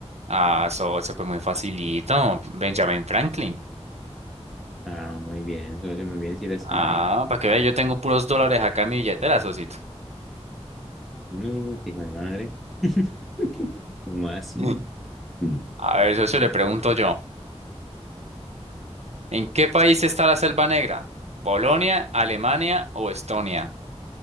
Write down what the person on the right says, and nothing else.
Ah, eso, eso fue muy facilito. Benjamin Franklin.
Ah, para que vea, yo tengo puros dólares acá en mi billetera, Sosito.
<laughs>
A ver, socio,
le pregunto yo. ¿En qué país está la Selva Negra? ¿Polonia, Alemania o Estonia?